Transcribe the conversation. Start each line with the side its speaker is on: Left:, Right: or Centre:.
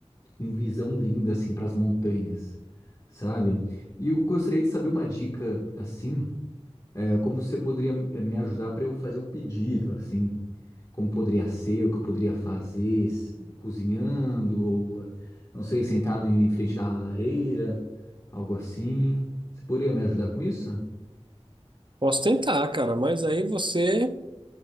Left: com visão linda assim pras montanhas, sabe? E eu gostaria de saber uma dica assim. É, como você poderia eh, me ajudar para eu fazer o pedido, assim? Como poderia ser, o que eu poderia fazer, se- cozinhando, ou eh, não sei, sentado em, em frente da lareira, algo assim. Você poderia me ajudar com isso?
Right: Posso tentar, cara, mas aí você,